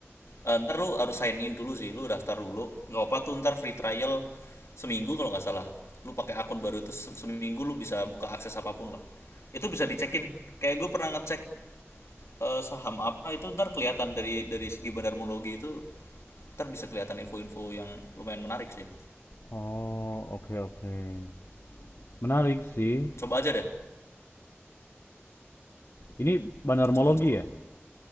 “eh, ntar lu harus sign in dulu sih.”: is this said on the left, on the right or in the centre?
Left